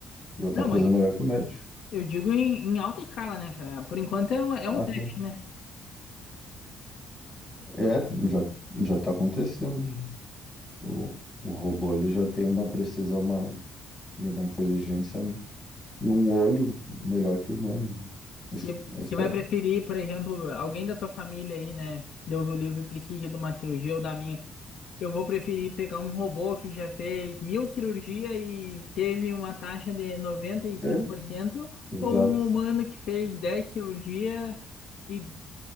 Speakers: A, on the left; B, on the left.
A: Ele está
B: Não,
A: a fazer
B: mas
A: melhor que o médico.
B: eu digo em, em alta escala, né, cara? Por enquanto é um, é
A: Ah,
B: um teste,
A: sim.
B: né?
A: é, já já está acontecendo. O, o robô ele já tem uma precisão, uma, e uma inteligência e um olho melhor que o humano. Es-
B: Que,
A: Esta,
B: que vai preferir, por exemplo, alguém da tua família aí, né? Deus o livre precisa de uma cirurgia ou da minha. Eu vou preferir pegar um robô que já fez mil cirurgias e teve uma taxa de noventa e cinco
A: é,
B: por cento
A: exato.
B: ou um humano que fez 10 cirurgias e